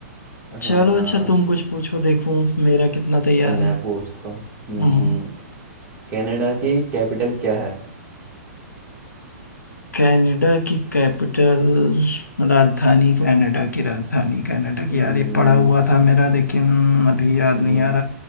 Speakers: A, on the right; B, on the left.
A: हाँ
B: चलो अच्छा तुम कुछ पूछो देखूं मेरा कितना तैयार
A: तो मैं
B: है
A: पूछता हूँ हम्म,
B: हम्म
A: कनाडा की कैपिटल क्या है
B: कनाडा की कैपिटल राजधानी कनाडा की राजधानी कनाडा की
A: हम्म,
B: यार ये पढ़ा हुआ था मेरा लेकिन अभी याद
A: हम्म,
B: नहीं आ